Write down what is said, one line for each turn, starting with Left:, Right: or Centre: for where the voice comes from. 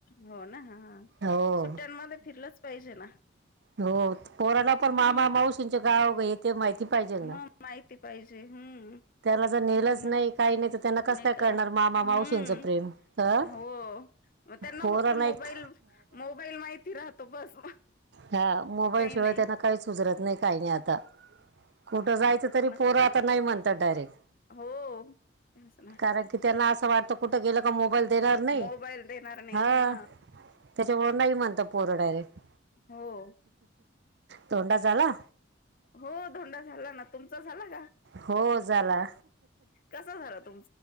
Left: हो ना हां हां
Right: हो
Left: सुट्ट्यांमध्ये फिरलंच पाहिजे ना.
Right: हो पोराला
Left: हम्म
Right: पण मामा मावशीच्या गाव ते पाहिजे ना
Left: मग माहिती पाहिजे हम्म तेचना
Right: त्याला जर नेलंच नाही काही नाही तर त्यांना कसं
Left: नाही
Right: काय
Left: तर
Right: करणार
Left: हम्म
Right: मामा मावशींचं प्रेम अ
Left: हो मग त्यांना
Right: पोरांना
Left: फक्त मोबाईल
Right: एक
Left: मोबाईल माहिती राहत तो बस
Right: हा मोबाईलशिवाय
Left: नाही
Right: त्यांना काहीच सुधारत नाही काही नाही आता. कुठं जायचं
Left: तेच
Right: तरी
Left: ना
Right: पोर आता नाही डायरेक्ट
Left: हो तेच ना
Right: कारण की त्यांना असं वाटत कुठे गेल मोबाईल देणार नाही
Left: मोबाईल देणार नाही
Right: हं
Left: हा
Right: हो नाही म्हणत पोर डायरेव्ट.
Left: हो
Right: धोंडा झाला
Left: हो धोंडा झाला ना तुमचा झाला ग
Right: हो झाला
Left: कसा झाला त